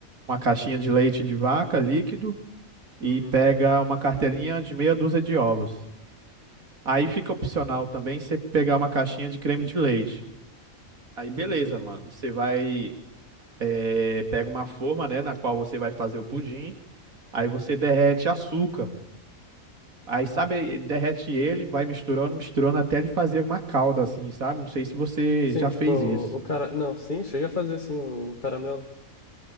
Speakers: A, on the right; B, on the left.
A: uma caixinha de leite de vaca líquido e
B: Uhum,
A: pega uma cartelinha de meia dúzia de ovos. Aí fica opcional também você pegar uma caixinha de creme de leite. Aí beleza,
B: uhum.
A: mano. Você vai, eh, pega uma forma, né, na qual você vai fazer o pudim. Aí você derrete açúcar. Aí, sabe, derrete ele, vai misturando, misturando até ele fazer uma calda assim, sabe? Não sei se você
B: Sim,
A: já
B: tipo,
A: fez
B: o
A: isso.
B: cara... Não, sim, chega a fazer, sim, o, o caramelo.